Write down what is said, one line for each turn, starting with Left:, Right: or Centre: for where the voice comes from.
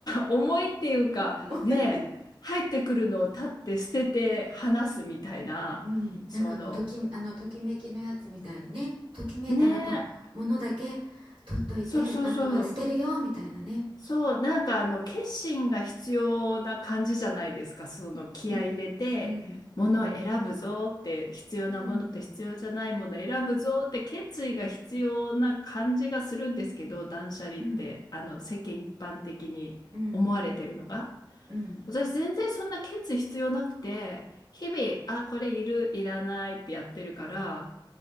Left: 重いっていうか、
Right: 重い
Left: ねえ、入ってくるのを立って捨てて話すみたいな、
Right: うん、
Left: その、
Right: なんかもうとき、あの、ときめきのやつみたいにね、ときめいたもと、
Left: ねえ、
Right: ものだけ取っといて、
Left: そうそうそう、
Right: あとは捨てるよ、みたいなね。
Left: そう、なんかあの、決心が必要な感じじゃないですか、その気合い入れて、
Right: うん、うん、
Left: ものを選ぶぞって、
Right: うん、
Left: 必要なものと必要じゃないものを選ぶぞって決意が必要な感じがするんですけど、
Right: うん、
Left: 断捨離って、
Right: うん、
Left: あの、世間一般的に思われてるのが。
Right: うん、うん、うん、
Left: 私全然そんなケツ必要なくて、日々、あ、これいる、いらないってやってるから、